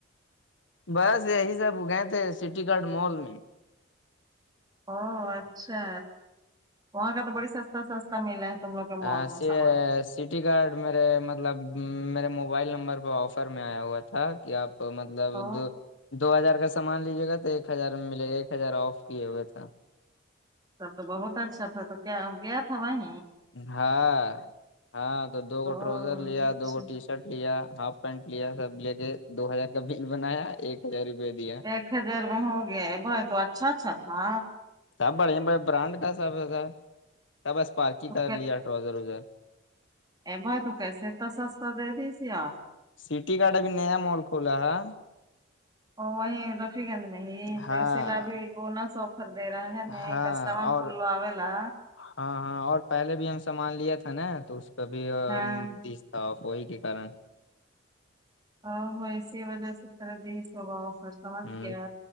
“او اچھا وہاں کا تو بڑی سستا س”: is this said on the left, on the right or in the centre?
Right